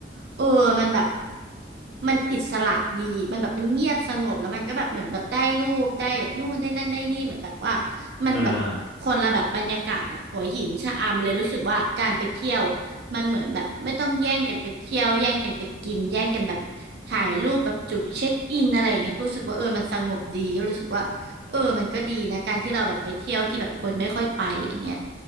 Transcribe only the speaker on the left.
อ่า